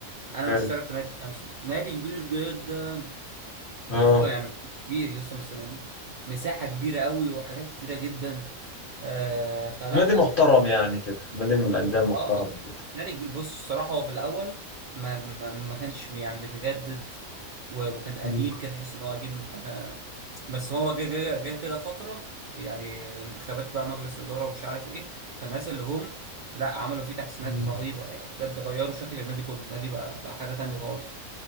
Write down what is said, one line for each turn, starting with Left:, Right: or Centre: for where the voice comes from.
Right: انا
Left: حلو
Right: مشترك في نادي الشمس ده نادي كبير جدا يا
Left: اه
Right: اسطى يعني كبير يا اسطى مثلا مساحه كبيره قوي وحاجات كتيره جدا آه فلا
Left: نادي محترم يعني كده نادي من الانديه المحترمه
Right: اه
Left: كده
Right: مالك بص الصراحة هو في الأول ما ما, ما كانش يعني متجدد و- وكان قديم
Left: مم.
Right: كده تحس إن هو قديم آه بس هو جه جه جه كده فترة يعني انتخابات بقى مجلس إدارة ومش عارف إيه فالناس اللي جم لا عملوا فيه تحسينات
Left: مم.
Right: رهيبة يعني بجد غيروا شكل النادي كله النادي بقى لا حاجة تانية خالص